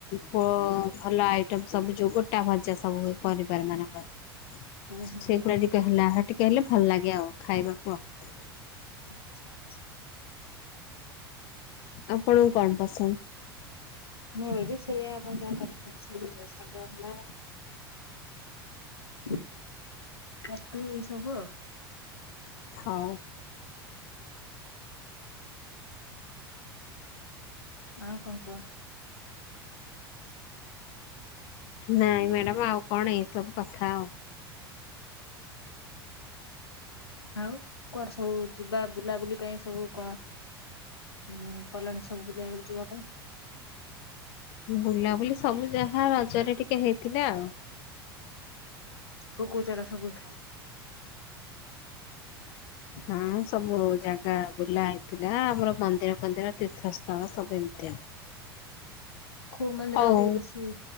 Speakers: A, on the left; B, on the left.
A: ପ ଭଲ ଆଇଟମ ସବୁ ଯୋଉ ଗୋଟା ଭଜା ସବୁ ହୁଏ ପରିବାର ମାନଙ୍କର।
B: ହୁଁ ହୁଁ
A: ସେଗୁଡା ଟିକେ ହେଲା ହେ ଟିକେ ହେଲେ ଭଲ ଲାଗେ ଆଉ ଖାଇବାକୁ ଆଉ।
B: ଆଛା ଆଛା।
A: ଆପଣକୁ କଣ ପସନ୍ଦ।
B: ମୁଁ ବି ସେଇଆ ଆପଣ ଯାହା <unintelligible> ସାଗ ହେଲା ଛତୁ ଏଇସବୁ ଆଉ।
A: ହଉ।
B: ଆଉ କଣ କୁହ।
A: ନାଇଁ ମ୍ୟାଡ଼ାମ ଆଉ କଣ ଏଇ ସବୁ କଥା ଆଉ।
B: ଆଉ କୁଆଡ଼େ ସବୁ ଯିବା ବୁଲାବୁଲି ପାଇଁ ସବୁ କଣ ହୁଁ କଲଣି ସବୁ ବୁଲିବାକୁ ଯିବା ପାଇଁ।
A: ବୁଲାବୁଲି ସବୁ ଯାହା ରଜରେ ଟିକେ ହେଇଥିଲା ଆଉ।
B: କୋଉ କୋଉ ଜାଗା ସବୁ ବୁଲିଥିଲେ। ହୁଁ
A: ହଁ ସବୁ ଜାଗା ବୁଲା ହେଇଥିଲା ଆମର ମନ୍ଦିର ଫନ୍ଦିର ତୀର୍ଥସ୍ଥଳ ସବୁ ଏମିତି ଆଉ।
B: କୋଉ ମନ୍ଦିର
A: ହଉ
B: କୁ ଟିକେ ବେଶୀ